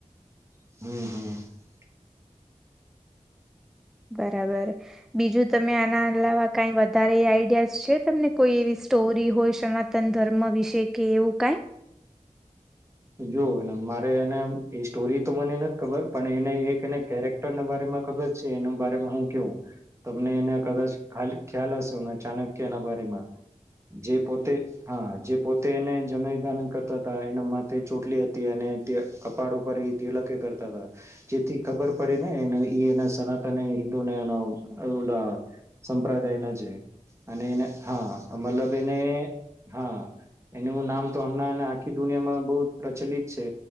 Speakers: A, on the right; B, in the centre.
A: <inaudible>
B: બરાબર બીજું તમે આના અલાવા કઈ વધારે આઈડિયાસ છે તમને કોઈ એવી સ્ટોરી હોય સનાતન ધર્મ વિશે કે એવું કઈ
A: જોવુંને મારે એને એ સ્ટોરી તો મને નથી ખબર પણ એને એક એને કેરેક્ટર ના બમાં ખબર છે એના બમાં હું તમને એને કદાચ ખા ખ્યાલ હશે ચાણક્ય એના બમાં જે પોતે હા જે પોતે એને જનદાન કરતા હતા એના તે ચોટલી હતી અને તે કપાળ ઉપર એ તિલકે કરતા હતા જેથી ખબર પડી નેને એ એના સનાતન એ હિન્દુને એના ઓલા સંપ્રદાય ના છે અને એને હા મતલબ એને હા એનું નામ તો હમણાં આખી દુનિયામાં બહ પ્રચલિત છે